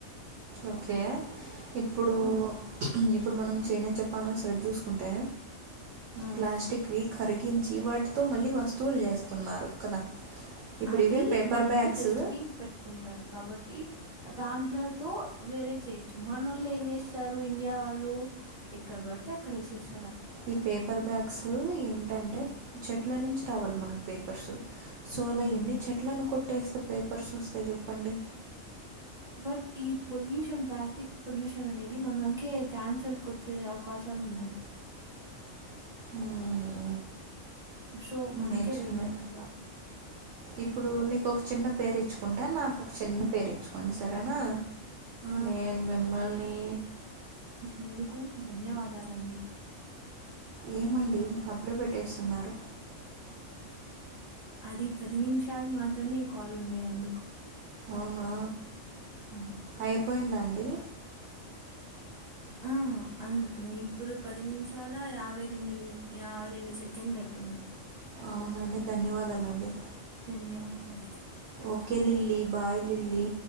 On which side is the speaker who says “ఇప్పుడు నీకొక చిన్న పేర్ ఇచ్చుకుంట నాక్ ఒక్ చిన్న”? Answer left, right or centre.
Right